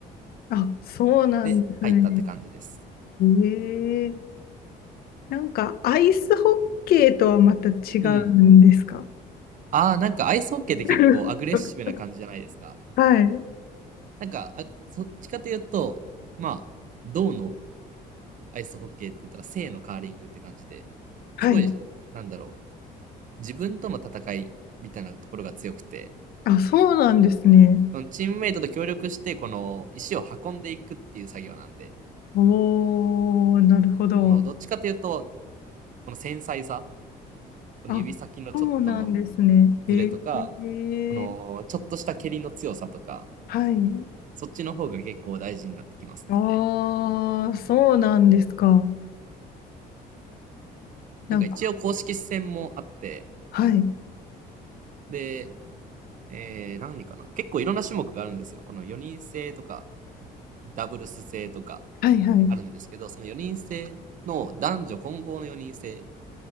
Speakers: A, on the left; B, on the right.
A: あ、そうなんですね。
B: で、入ったって感じです。
A: ええなんかアイスホッケーとはまた違うんですか
B: うん。ああ、なんかアイスホッケーって結構アグレッシブな感じじゃないですか。
A: <laughs> はい。
B: なんか、あ、そっちかというと、まあ、銅のアイスホッケーって言ったら、正のカーリングって感じで、
A: はい。
B: すごい、なんだろう、自分との戦いみたいなところが強くて、
A: あ、そうなんですね。
B: そのチームメイトと協力して、この石を運んでいくっていう作業なんで、
A: おー、なるほど。
B: そのどっちかというと、この繊細さ、この指先のちょっとの
A: あ、そうなんですね。
B: ズレとか、
A: ええ
B: このちょっとした蹴りの強さとか、
A: はい。
B: そっちの方が結構大事になってきますね。
A: ああ、そうなんですか。なんか、
B: なんか一応公式戦もあって、
A: はい。
B: で、えー、何かな結構いろんな種目があるんですよ。この4人制とか、ダブルス制とか
A: はいはい。
B: あるんですけど、その4人制の男女混合の4人制